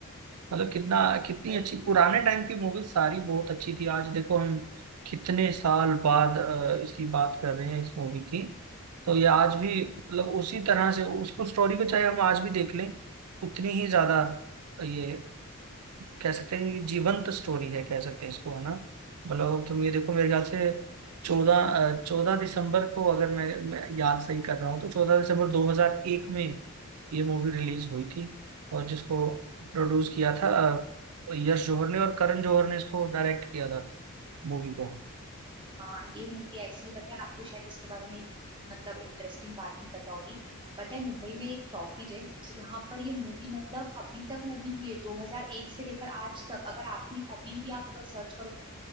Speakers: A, on the right (about 80°); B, on the right (about 20°).
A: मतलब कितना कितनी
B: भाई
A: अच्छी पुराने टाइम की मूवीज सारी बहुत अच्छी थी आज देखो हम कितने साल बाद अ, इसकी बात कर रहे हैं इस मूवी की तो ये आज भी मतलब उसी तरह से उसको स्टोरी को चाहे हम आज भी देख लें उतनी ही ज्यादा ये कह सकते हैं ये जीवंत स्टोरी है कह सकते हैं इसको है ना मतलब तुम ये देखो मेरे ख्याल से चौदह चौदह दिसंबर को अगर मैं, मैं याद सही कर रहा हूँ तो चौदह दिसंबर 2001 में ये मूवी रिलीज हुई थी और जिसको प्रोड्यूस किया था अ, यश जौहर ने और करण जौहर ने इसको डायरेक्ट किया था मूवी को
B: हाँ ये मूवी ऐसी है पता है आपको शायद इसके बारे में एक मतलब इंटरेस्टिंग बात नहीं पता होगी पता है मुंबई में एक टॉकीज है जहाँ पर ये मूवी मतलब अभी तक लगी हुई है 2001 से लेकर आज तक अगर आप भी अभी भी आप अगर सर्च करोगे